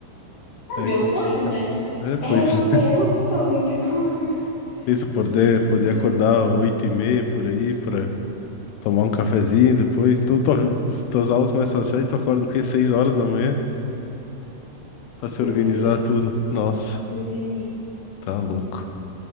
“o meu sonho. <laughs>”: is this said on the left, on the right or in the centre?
Left